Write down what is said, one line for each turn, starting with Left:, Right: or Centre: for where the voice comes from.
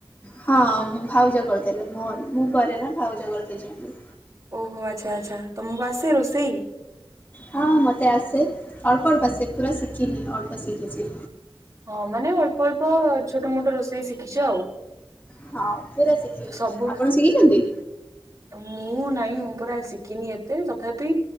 Left: ହଁ ଭାଉଜ କରିଦେଲେ ମୋ ମୁଁ କରେ ନା ଭାଉଜ କରିଦେଇଛନ୍ତି।
Right: ଓହୋ ଆଚ୍ଛା ଆଚ୍ଛା, ତମକୁ ଆସେ ରୋଷେଇ?
Left: ହଁ ମୋତେ ଆସେ ଅଳ୍ପ ଅଳ୍ପ ବସେ ପୁରା ଶିଖିନି ଅଳ୍ପ ଶିଖିଛି।
Right: ହଁ ମାନେ ଅଳ୍ପ ଅଳ୍ପ ଛୋଟ ମୋଟ ରୋଷେଇ ଶିଖିଛ ଆଉ।
Left: ହଁ ପୁରା ଶିଖିବି
Right: ସବୁ
Left: ଆପଣ ଶିଖିଛନ୍ତି?
Right: ମୁଁ ନାଇଁ ମୁଁ ପୁରା ଶିଖିନି ଏତେ ତଥାପି